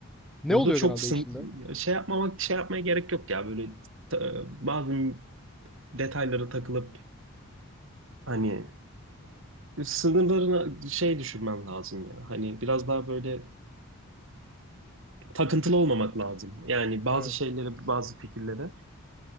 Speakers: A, in the centre; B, on the right (about 60°).
A: Ne
B: Burada
A: oluyor
B: çok
A: genelde
B: sın
A: içinde?
B: şey yapmamak şey yapmaya gerek yok ya böyle ta- bazı detaylara takılıp hani sınırlarına şey düşünmen lazım ya. Hani biraz daha böyle takıntılı olmamak lazım. Yani bazı
A: Evet
B: şeylere, bazı fikirlere.